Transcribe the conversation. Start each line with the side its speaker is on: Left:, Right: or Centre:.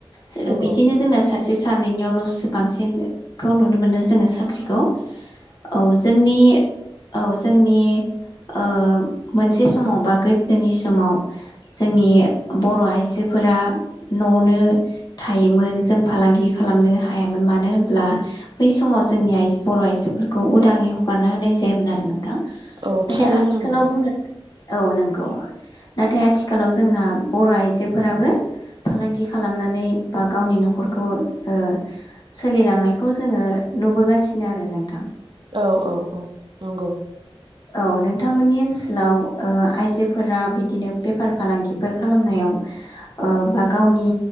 Left: सो
Right: नंगौ
Left: बिदिनो जोंना सासे सानैनियाव ल'सो बांसिनखौ नुनो मोनो जोङो साख्रिखौ। औ जोंनि औ जोंनि ओ मोनसे समाव बा गोदोनि समाव जोंनि बर' आइजोफोरा न'आवनो थायोमोन जों फालांगि खालामनो हायामोन मानो होनब्ला बै समाव जोंनि आइ बर' आइजोफोरखौ उदाङै हगारना होनाय जायामोन आरो नोंथां
Right: औ
Left: नाथाय
Right: थारैनो
Left: आथिखालाव
Right: नंगौ।
Left: बुंनो औ नंगौ नाथाय आथिखालाव जोंना बर' आइजोफोराबो फालांगि खालामनानै बा गावनि न'खरखौ ओ सोलिलांनायखौ जोङो नुबोगासिनो आरो नोंथां
Right: औ औ औ नंगौ
Left: औ नोंथांमोननि ओनसोलाव ओ आइजोफोरा बिदिनो बेफार फालांगिफोर खालामनायाव ओ बा गावनि